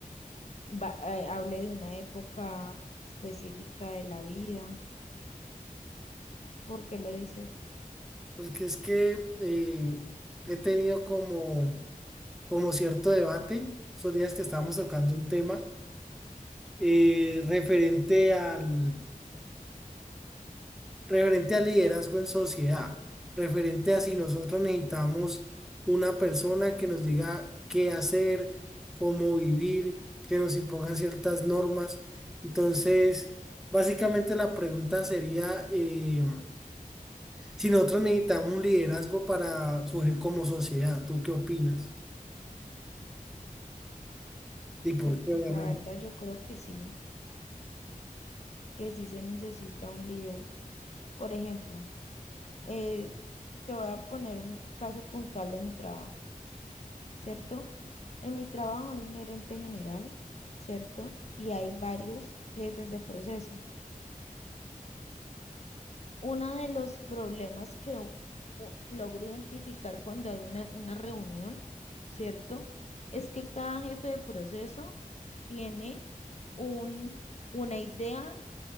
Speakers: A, on the left; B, in the centre.
A: va- eh, hable de una época específica de la vida. ¿Por qué lo dices?
B: Porque es que eh, he tenido como, como cierto debate, esos días que estábamos tocando un tema eh, referente al, referente al liderazgo en sociedad, referente a si nosotros necesitamos una persona que nos diga qué hacer, cómo vivir, que nos imponga ciertas normas. Entonces, básicamente la pregunta sería eh, si nosotros necesitamos un liderazgo para surgir como sociedad, ¿tú qué opinas? Y por
A: Uf,
B: qué,
A: La
B: obviamente.
A: verdad yo creo que sí, que sí se necesita un líder Por ejemplo, eh, te voy a poner un caso puntual de mi trabajo, ¿cierto? En mi trabajo hay un gerente general, ¿cierto? Y hay varios jefes de proceso. Uno de los problemas que u- u- logro identificar cuando hay una, una reunión, ¿cierto? Es que cada jefe de proceso tiene un, una idea